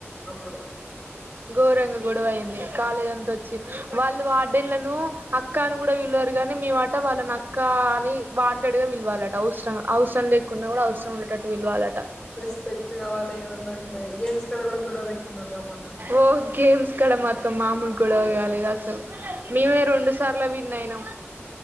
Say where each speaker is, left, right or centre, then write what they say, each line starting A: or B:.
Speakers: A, on the left; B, on the right.
A: అప్పుడు
B: ఘోరంగ గొడవ అయింది కాలేజ్ అంతా ఓచ్చింది వాళ్ళు వార్డెన్లను అక్కాను గూడ విలరు గాని మేమట వాళ్నక్కా అని వాంటెడ్ గా విల్వలాట అవసరమ అవసరం లేకున్నా గుడా అవసరం ఉండటట్టు పిలవాలట
A: రెస్పెక్ట్ గావాలి ఏదన్నాంటే ఇన్స్టాల్ కడ గుడా వేట్టుకున్నారు గా మొన్న
B: ఓ గేమ్స్ కడ మొత్తం మామూలగోడగాలేదు అసలు మేమే రొండు సార్ల విన్ అయినాం